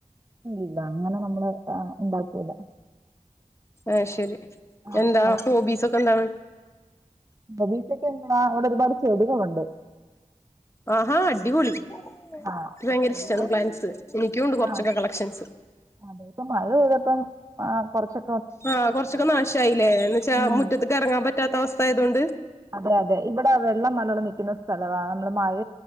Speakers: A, on the right; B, on the left.
A: ഇല്ല അങ്ങന നമ്മള് ഇണ്ടാക്കൂല
B: ആത് ശരി
A: ആഹ്
B: എന്താ ഹോബീസൊക്കെ എന്താണ്
A: ഹോബീസോക്കേ എന്താ ഇവടെ ഒരുപാട് ചെടികളുണ്ട്
B: ആഹാ അടിപൊളി
A: ആഹ്
B: ക്ക് ഭയങ്കര
A: ചെടികള്
B: ഇഷ്ടാണ് പ്ലാൻസ് എനിക്കുംണ്ട് കൊറച്ചൊക്കെ
A: ആഹ്
B: കളക്ഷൻസ്
A: അതെ ഇപ്പ മഴ പെയ്തപ്പം ആ കൊറച്ച്
B: ആഹ് കൊറച്ചൊക്കെ നാശായില്ലേ എന്ന്വച്ചാ
A: ഉം
B: മുറ്റത്ത്ക്ക് എറങ്ങാപറ്റാത്ത അവസ്ഥ ആയതൊണ്ട്
A: അതെ അതെ ഇവിടെ വെള്ളം നല്ലോണം നിക്കുന്ന സ്ഥലവാ നമ്മള് മഴ